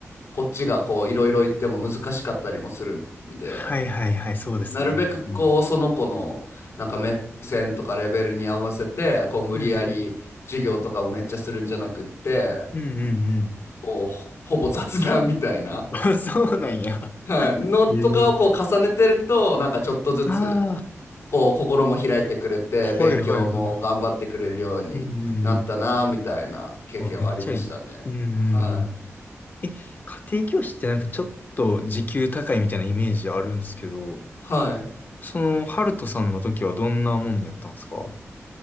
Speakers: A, on the left; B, on the left.
A: こっちがこう、いろいろ言っても難しかったりもするんで、
B: はいはいはい、そうですね。
A: なるべくこう、
B: うん。
A: その子のなんか目線とかレベルに合わせて、こう、無理やり授業とかをめっちゃするんじゃなくって、
B: うんうん。うんうんうん。
A: こう、ほほぼ雑談みたいな、
B: <laughs> あそうなんや。
A: はい、のとかをこう、
B: ええ。
A: 重ねてると、なんかちょっとずつ、
B: ああ、
A: こう心も開いてくれて勉強も頑張ってくれるようになったなみたいな経験はありましたね。
B: はいはいはいはい。うんうんうん。あ、めっちゃいい。うんうんうん。
A: はい。
B: え、家庭教師ってなんかちょっと時給高いみたいなイメージあるんですけど、
A: はい。
B: その、ハルトさんの時はどんなもんやったんですか